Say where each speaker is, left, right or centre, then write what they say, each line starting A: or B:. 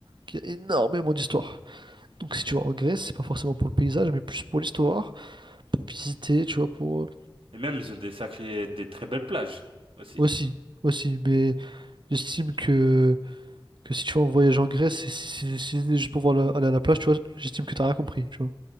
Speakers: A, on the right; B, on the right.
A: Qui a énormément d'histoire. Donc,
B: Hmm.
A: si tu vas en Grèce, c'est pas forcément pour le paysage, mais plus pour l'histoire, pour visiter, tu vois, pour... euh,
B: Et même ils ont des sacrés, des très belles plages aussi.
A: Aussi, aussi. Mais j'estime que, que si tu vas en voyage en Grèce, si c'est c'est- c'est juste pour voir la- aller à la plage, tu vois, j'estime que t'as rien compris, tu vois.